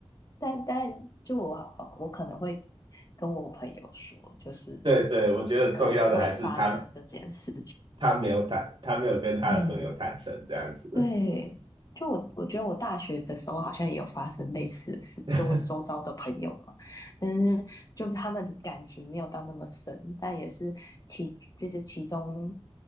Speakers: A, on the left (about 35°); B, on the right (about 50°).
A: 但但就我我可能会跟我朋友说，就是
B: 对对，我觉得重要的还是他
A: 可能会发生这件事，
B: 他没有坦，他没有跟他的朋友坦诚这样子。
A: 嗯。对，就我我觉得我大学的时候好像也有发生类似的事，
B: <laughs> 对
A: 就我周遭的朋友嘛，但是就他们感情没有到那么深，但也是其就是其中